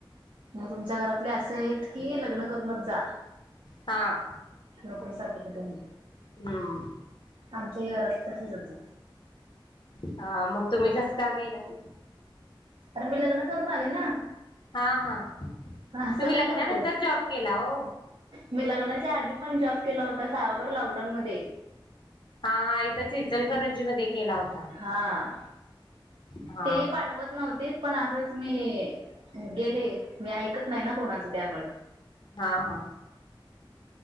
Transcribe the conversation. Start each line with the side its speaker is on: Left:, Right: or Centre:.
Right: मग तुमच्या घरातले असे आहेत की लग्न करूनच जा
Left: हां
Right: नोकरी साठी कुठेही
Left: हम्म्म्म
Right: आमच्याही घरातले तशीच होती
Left: हा मग तुम्ही कस का गेला तिथं?
Right: खरं मी लग्न करून आले ना
Left: हा हा
Right: असं
Left: तुम्ही
Right: काय
Left: लग्नानंतर
Right: करतेस
Left: जॉब केला ओ
Right: मी लग्नाच्या आधी पण जॉब केला होता सहाभर लॉकडाऊनमध्ये
Left: हा हा इथंच इचलकरंजी मध्ये केला होता
Right: हा
Left: हा
Right: तेही
Left: हा
Right: पाठवत नव्हतीत पण असंच मी गेले मी ऐकत नाही ना कोणाचं त्यामुळे
Left: हा हा